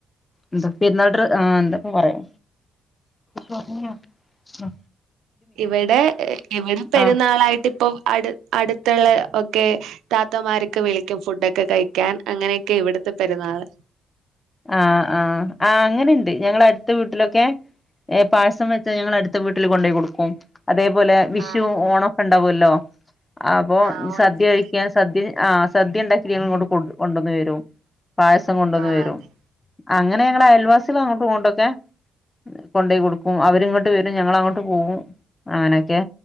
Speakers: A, on the left; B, on the right.
A: എന്ത പെര്ന്നാൾഡ്ര എന്താപ്പ പറയാ. പർഞൊ. ഉം.
B: ഇവടെ ഇവിടെ പെരുന്നാളായിട്ട്
A: ആ
B: ഇപ്പം അട് അടുത്തുള്ള ഒക്കെ. താത്തമാര്ക്ക് വിളിക്കും ഫുഡൊക്കെ കഴിക്കാൻ. അങ്ങനൊക്കെ ഇവിട്ത്തെ പെരുന്നാള്.
A: ആഹ് ആഹ്. ആ അങ്ങനെ ഇണ്ട്. ഞങ്ങളെ അട്ത്തെ വീട്ടിലൊക്കെ. ഏഹ് പായസം വെച്ചാ ഞങ്ങള് അടുത്ത വീട്ടില് കൊണ്ടോയി കൊട്ക്കും. അതേപോലെ വിഷു
B: ആഹ്
A: ഓണോക്കെ ഇണ്ടാവൊല്ലോ. അപ്പൊ
B: ആഹ് ഓണത്തിന്
A: സദ്യ കഴിക്കാൻ. സദ്യ ആ സദ്യ ഇണ്ടാക്കിട്ട് ഞങ്ങള് ഇങ്ങട്ട് കൊണ്ട് കൊണ്ടന്ന് തരും. പായസം കൊണ്ടന്ന്
B: ആഹ്
A: തരും.
B: അതെ
A: അങ്ങനെ ഞങ്ങള്
B: ആഹ്
A: അയൽവാസ്യേള് അങ്ങട്ടു ഇങ്ങട്ടൊക്കെ. കൊണ്ടയി കൊടുക്കും. അവരിങ്ങട്ട് വരും. ഞങ്ങളങ്ങോട്ട് പോവും. അങ്ങനെയൊക്കെ.